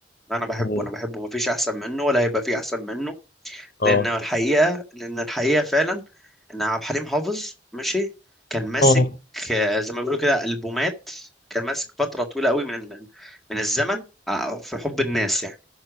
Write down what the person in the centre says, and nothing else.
انا بحبه
انا بحبه مفيش احسن منه ولا هيبقى فيه احسن منه
لان الحقيقه لان الحقيقه فعلا ان عبد الحليم حافظ ماشي كان ماسك
آه، زي ما بيقولوا كده البومات كان ماسك فتره طويله قوي من ال- من الزمن آه، في حب الناس يعني